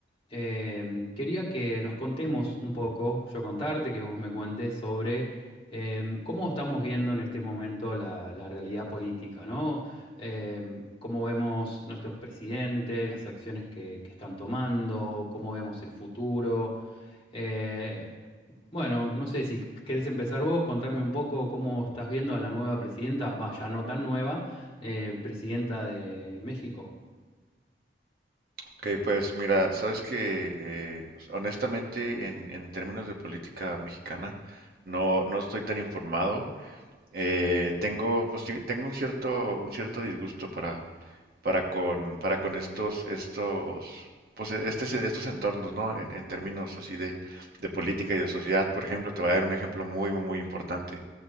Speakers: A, on the left; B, on the right.
A: em, quería que nos contemos un poco, yo contarte, que vos me cuentes sobre em, cómo estamos viendo en este momento la, la realidad política, ¿no? Em, cómo vemos nuestros presidentes, las acciones que que están tomando, cómo vemos el futuro. Eh, bueno, no sé si querés empezar vos, contarme un poco cómo estás viendo a la nueva presidenta, va, ya no tan nueva, eh, presidenta de México.
B: Ok, pues mira, sabes que eh, honestamente en, en términos de política mexicana no, no estoy tan informado. Eh, tengo, pues, sí, tengo un cierto, un cierto disgusto para, para con, para con estos, estos, pues este, estos entornos, ¿no? En, en términos así de, de política y de sociedad, por ejemplo, te voy a dar un ejemplo muy, muy, muy importante.